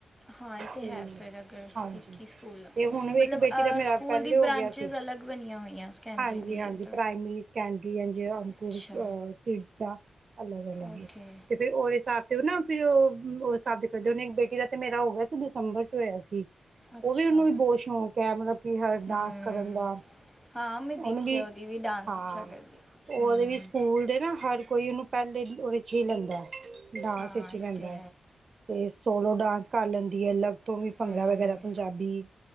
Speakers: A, in the centre; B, on the right.
A: ਹਾਂ ਇਹ
B: ਤੇ,
A: ਹੈ ਫਿਰ ਅਗਰ
B: ਹਾਂਜੀ
A: ਇੱਕ ਹੀ ਸਕੂਲ ਮਤਲਬ
B: ਤੇ ਹੁਣ ਇੱਕ ਬੇਟੀ
A: ਅ,
B: ਦਾ ਮੇਰਾ
A: ਸਕੂਲ
B: ਪਹਿਲੇ
A: ਦੀ
B: ਹੋ
A: ਬ੍ਰਾਂਚੇਸ
B: ਗਿਆ ਸੀ
A: ਅਲੱਗ ਬਣੀਆਂ ਹੋਈਆਂ ਸੈਕੰਡਰੀ
B: ਹਾਂਜੀ-ਹਾਂਜੀ,
A: ਦੀ ਇਹ ਤਾਂ
B: ਪ੍ਰਾਇਮਰੀ ਸਕੇਂਡਰੀ ਐਨ ਜੀ
A: ਅੱਛਾ
B: ਕੋਰਸ ਆ ਕਿਡਜ਼। <unintelligible> ਅਲੱਗ ਅਲੱਗ
A: ਓਕੇ
B: ਏ, ਤੇ ਫਿਰ ਉਹਦੇ ਹਿਸਾਬ ਤੇ ਨਾ ਫਿਰ ਉਹ ਉਸ ਹਿਸਾਬ ਦੇ ਕਰਦੇ ਉਹਨੇ ਬੇਟੀ ਦਾ ਤੇ ਮੇਰਾ ਹੋ ਗਿਆ ਸੀ, ਦਿਸੰਬਰ ਚ ਹੋਇਆ ਸੀ।
A: ਅੱਛਾ
B: ਉਹ ਵੀ ਉਹਨੂੰ ਵੀ ਬਹੁਤ ਸ਼ੌਕ ਐ ਮਤਲਬ ਹਰ
A: ਹਮ
B: ਡਾਂਸ ਕਰਨ ਦਾ।
A: ਹਾਂ ਮੈਂ ਦੇਖਿਆ
B: ਉਹਨੂੰ ਵੀ
A: ਉਹਦੀ ਡਾਂਸ
B: ਹਾਂ
A: ਅੱਛਾ ਕਰਦੀ
B: ਉਹ
A: ਹਮ
B: ਉਹਦੇ ਵੀ ਸਕੂਲ ਦੇ ਨਾ ਹਰ ਕੋਈ ਉਹਨੂੰ ਪਹਿਲੇ ਉਹਦੇ ਚ ਹੀ ਲੈਂਦਾ ਐ। ਡਾਂਸ
A: ਹਾਂ
B: ਵਿੱਚ ਹੀ
A: ਇਹ
B: ਲੈਂਦਾ
A: ਤੇ
B: ਹੈ, ਤੇ ਸੋਲੋ ਡਾਂਸ ਕਰ ਲੈਂਦੀ ਹੈ, ਅਲੱਗ ਤੋਂ ਵੀ ਭੰਗੜਾ
A: ਹਮ
B: ਵਗੈਰਾ ਪੰਜਾਬੀ,